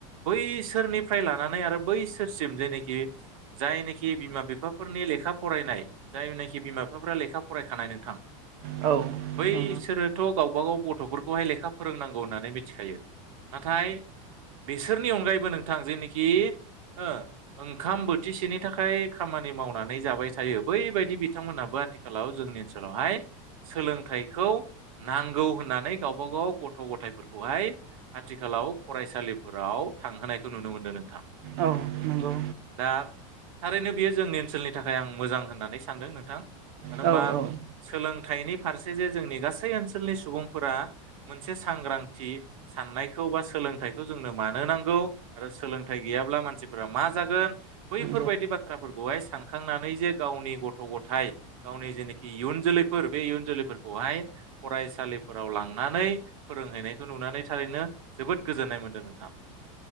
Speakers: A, on the right; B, on the right.
A: बैसोरनिफ्राय लानानै आरो बैसोरसिम जेनिखि जायनोखि बिमा बिफाफोरनि लेखा फरायनाय जायनोखि बिमा बिफाफोरा लेखा फरायखानाय नोंथां
B: औ
A: बैसोरोथ'
B: नंगौ
A: गावबागाव गथ'फोरखौहाय लेखा फोरोंनांगौ होननानै मिथिखायो। नाथाय बिसोरनि अनगायैबो नोंथां जेनिखि ओ ओंखाम बोथिसेनि थाखाय खामानि मावनानै जाबाय थायो बैबायदि बिथांमोनाबो आथिखालाव जोंनि ओनसोलावहाय सोलोंथाइखौ नांगौ होननानै गावबा गाव गथ' गथायफोरखौहाय आथिखालाव फरायसालिफोराव थांहोनायखौ नुनो मोन्दों नोंथां।
B: औ नंगौ।
A: दा थारैनो बियो जोंनि ओनसोलनि थाखाय आं मोजां होननानै सानदों नोंथां। मानो
B: औ
A: होनबा
B: नंगौ औ औ औ
A: सोलों थायनि फारसे जे जोंनि गासै ओनसोलनि सुबुंफोरा मोनसे सांग्रांथि साननायखौ अबा सोलोंथाइखौ जोंनो मानो नांगौ आरो सोलोंथाइ गैयाबा मानसिफोरा मा जागोन बैफोरबायदि
B: नंगौ औ नंगौ
A: बाथ्राफोरखौहाय सानखांनानै जे गावनि गथ' गथाय गावनि जेनोखि इयुन जोलै फोर बे इयुन जोलैफोरखौहाय फरायसालिफोराव लांनानै फोरोंहैनायखौ नुनानै थारैनो जोबोद गोजोननाय मोनदों नोंथां।